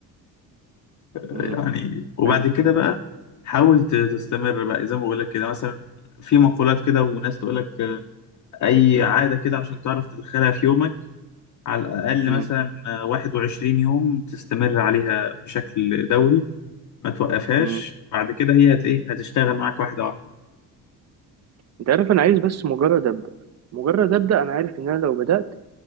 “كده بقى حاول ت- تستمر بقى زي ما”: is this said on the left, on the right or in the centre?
Left